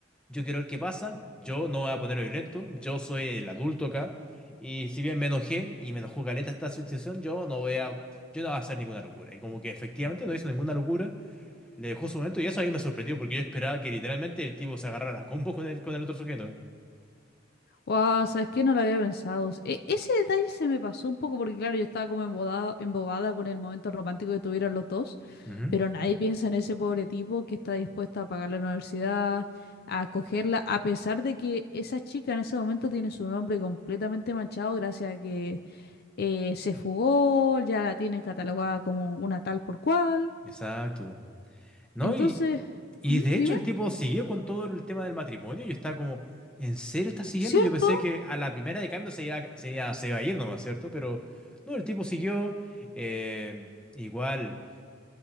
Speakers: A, in the centre; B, on the left.
A: Yo quiero ver qué pasa, yo no voy a ponerme violento, yo soy el adulto acá, y si bien me enojé y me enojó caleta esta situación, yo no voy a, yo no voy a hacer ninguna locura. Y como que efectivamente no hizo ninguna locura, le dejó su momento y eso a mí me sorprendió porque yo esperaba que literalmente el tipo se agarrara a combos con el, con el otro sujeto.
B: Wow, ¿sabes qué? No lo había pensado. E- ese detalle se me pasó un poco porque, claro, yo estaba como embobada, embobada con el momento romántico que tuvieron los dos,
A: Ujú.
B: pero nadie piensa en ese pobre tipo que está dispuesto a pagar la universidad, a acogerla, a pesar de que esa chica en ese momento tiene su nombre completamente manchado gracias a que eh, se fugó, ya la tienen catalogada como una tal por cual.
A: Exacto. No,
B: Entonces,
A: y, y
B: ¿mm?
A: de
B: dime,
A: hecho el tipo siguió con todo el tema del matrimonio. y Yo estaba como, ¿en serio está siguiendo?
B: ¿cierto?
A: Yo pensé que a la primera de cambio se iba, se iba, se iba a ir nomás, ¿cierto? Pero no, el tipo siguió. eh, igual,